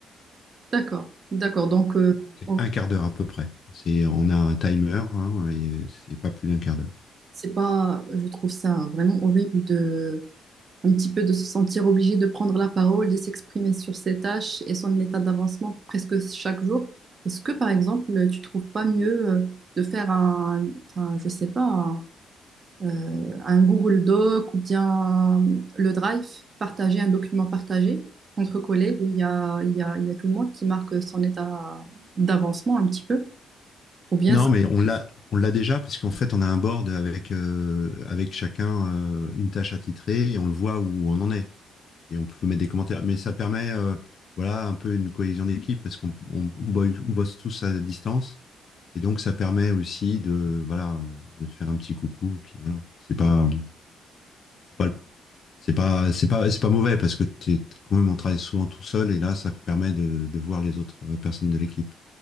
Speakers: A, on the right; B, on the left.
A: D'accord, d'accord. Donc, euh,
B: C'est
A: on-
B: un quart d'heure à peu près. C'est, on a un timer, hein, et c'est pas plus d'un quart d'heure.
A: c'est pas, je trouve ça vraiment horrible de, un petit peu de se sentir obligé de prendre la parole, de s'exprimer sur ses tâches et son état d'avancement presque chaque jour. Est-ce que, par exemple, tu trouves pas mieux euh, de faire un, enfin, je sais pas, euh, un Google Doc ou bien le Drive, partager un document partagé entre collègues. où Il y a, il y a, il y a tout le monde qui marque son état d'avancement un petit peu. Ou bien,
B: Non,
A: ça-
B: mais on l'a, on l'a déjà, puisqu'en fait, on a un board avec, euh, avec chacun euh, une tâche attitrée et on le voit où on en est. Et on peut mettre des commentaires. Mais ça permet, euh, voilà, un peu une cohésion d'équipe parce qu'on on- on bo- on bosse tous à distance. Et donc, ça permet aussi de, voilà, de faire un petit coucou. Et puis, voilà, c'est pas, faut pas le c'est pas c'est pas c'est pas mauvais parce que t'es quand même on travaille souvent tout seul et là ça permet de, de voir les autres euh, personnes de l'équipe.